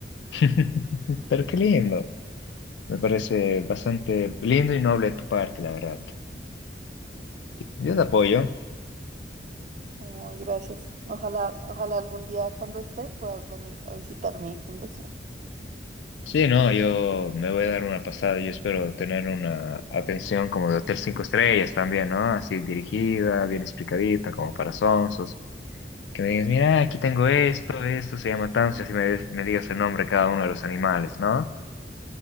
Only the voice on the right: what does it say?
Ay, gracias. Ojalá, ojalá algún día cuando esté puedas venir a visitar mi fundación.